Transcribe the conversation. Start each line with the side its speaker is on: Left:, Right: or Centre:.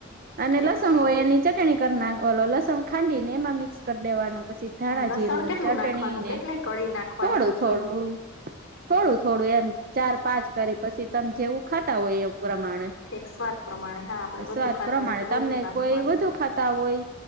Right: અને
Left: ઠીક
Right: લસણ
Left: હ
Right: હોય એની ચટણી કર નાખ ઓલો લસણ ખાંડી ને એમાં મિક્સ કર દેવાનું પછી ધાણા
Left: લસણ
Right: જીરું
Left: કેટલું
Right: ચટણી
Left: નાખવાનું
Right: ને
Left: કેટલી કળી નાખવાની
Right: થોડું
Left: લસણની
Right: થોડું
Left: <inaudible>
Right: થોડું થોડું એમ ચાર, પાંચ કરી પછી તમે જેવું ખાતા હોય એવ પ્રમાણે.
Left: ઠેક સ્વાદ પ્રમાણે હા. આપડે વધુ
Right: સ્વાદ
Left: ખાતા
Right: પ્રમાણે
Left: હોય તો વધુ
Right: તમને
Left: નાખવાનું
Right: કોઈ વધુ ખાતા હોય